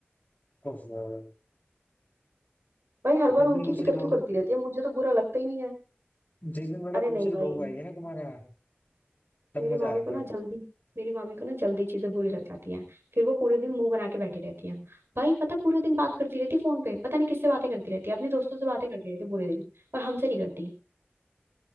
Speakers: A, on the left (about 45°); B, on the right (about 80°).
A: ओहो
B: भाई हर बार
A: जिस
B: उनकी
A: दिन दूसरी
B: फिक्र क्यों
A: बहू
B: करती रहती है मुझे तो बुरा लगता ही नहीं है
A: जिस दिन बेटा
B: अरे
A: दूसरी
B: नहीं भाई
A: बहू आएगी ना तुम्हारे यहाँ तब
B: मेरी
A: मजा
B: मामी
A: आएगा
B: को ना जल्दी मेरी मामी को ना जल्दी चीजें बुरी लग जाती हैं फिर वो पूरे दिन मुंह बना के बैठी रहती हैं भाई पता है, पूरे दिन बात करती रहती है फोन पे पता नहीं किससे बातें करती रहती है अपने दोस्तों से बातें करती रहती है पूरे दिन और हमसे नहीं करती